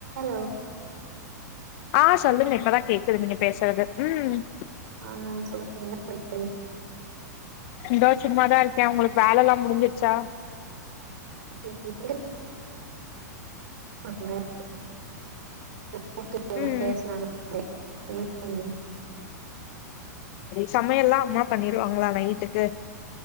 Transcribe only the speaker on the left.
ஆ சொல்லுங்க இப்பதா கேக்குது நீங்க பேசுறது ம்
இந்தோ சும்மாதா இருக்கே உங்களுக்கு வேலை எல்லா முடிஞ்சிச்சா
ம்
சமையல்லா அம்மா பண்ணிருவாங்களா நைட்டுக்கு